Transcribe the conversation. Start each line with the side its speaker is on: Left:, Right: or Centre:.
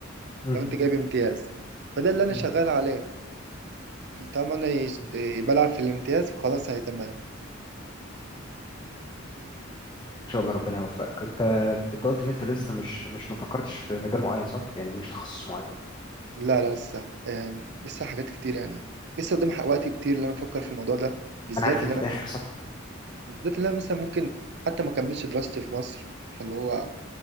Left: مم.
Right: لو انت جايب امتياز فده اللي انا
Left: مم.
Right: شغال عليه طالما انا يش-
Left: مم.
Right: آه، بلعب في الامتياز فخلاص هي تمام
Left: ان شاء الله ربنا يوفقك انت انت قلت ان انت لسه مش مش ما فكرتش في مجال معين صح يعني مش تخصص معين
Right: لا لا لسه آم، لسه حاجات كتير يعني لسه قدام حق- وقت كتير اللي انا افكر في الموضوع ده بالذات
Left: ما انا عارف فين
Right: اللي
Left: في
Right: انا
Left: الاخر صح
Right: بالذات اللي انا مثلا ممكن حتى ما اكملش دراستي في مصر فاللي هو